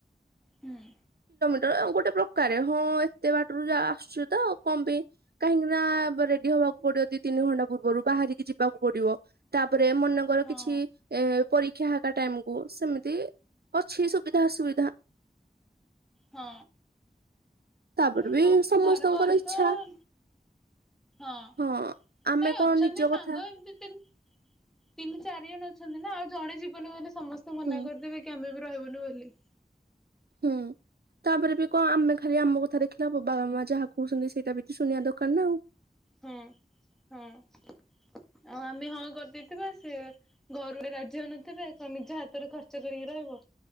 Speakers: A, in the centre; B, on the right.
A: ହୁଁ।
B: ତ ଗୋଟେ ପ୍ରକାରେ ହଁ ଏତେ ବାଟରୁ ଯା-ଆସୁଚି ତ କଣ ପାଇଁ କାହିଁକିନା ବ୍-ରେଡି ହବା ପଡିବ ଦି ତିନି ଘଣ୍ଟା ପୂର୍ବରୁ ବାହାରିକି ଯିବାକୁ ପଡିବ ତାପରେ ମନେକର
A: ହଁ
B: କିଛି ଏ ପରୀକ୍ଷା ହେଟା ଟାଇମକୁୁ ସେମିତି ଅଛି ସୁବିଧା ଅସୁବିଧା।
A: ହଁ
B: ତାପରେ
A: ମୁଁ
B: ବି
A: କଁ
B: ସମସ୍ତଙ୍କର
A: ଘରେ କହିଲି
B: ଇଚ୍ଛା
A: ତ ହଁ <inaudible>
B: ହଁ ଆମେ
A: ନାଇଁ
B: କଣ
A: ଅଛନ୍ତି
B: ନିଜ
A: ସାଙ୍ଗ
B: କଥା
A: ଏମିତି ତିନ ତିନି ଚାରି ଜଣ ଅଛନ୍ତି। ନା ଆଉ ଜଣେ ଜୀବନୀ ମାନେ ସମସ୍ତେ ମନା
B: ହୁଁ
A: କରିଦେବେ କି ଆମେ ବି ରହିବନି ବୋଲିି।
B: ହୁଁ ତାପରେ ବି କଣ ଆମେ ଖାଲି ଆମ କଥା ଦେଖିଲ ବାବା ମା? ଯାହା କହୁଛନ୍ତି ସେଇଟା ବି ଶୁଣିବା ଦରକାର ନା ଆଉ।
A: ହଁ ହଁ। <inaudible> ଆଉ ଆମେ ହଁ କରିଦେଇଥିବା। ସେ ଘରୁ କେହି ରାଜି ହେଉନଥିବେ ନିଜ ହାତରୁ ଖର୍ଚ୍ଚ କରି ନାଁ କଣ